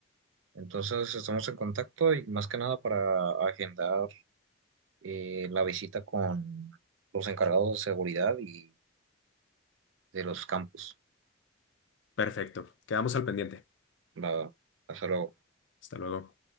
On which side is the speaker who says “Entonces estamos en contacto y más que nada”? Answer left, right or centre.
Right